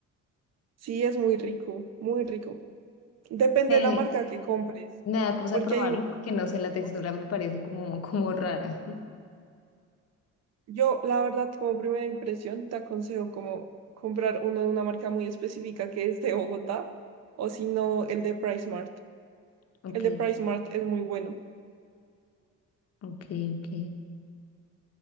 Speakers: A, on the right; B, on the left.
A: sí es muy rico, muy rico. Depende
B: Eh,
A: de la marca que compres,
B: me da cosa
A: porque
B: probarlo
A: hay un-
B: porque
A: algunas
B: no sé,
A: marcas.
B: la textura me parece como, como rara. <laughs>
A: Yo, la verdad, como primera impresión, te aconsejo como comprar uno de una marca muy específica que es de Bogotá, o si no, el de PriceMart.
B: Ok,
A: El de PriceMart es muy bueno.
B: ok, ok.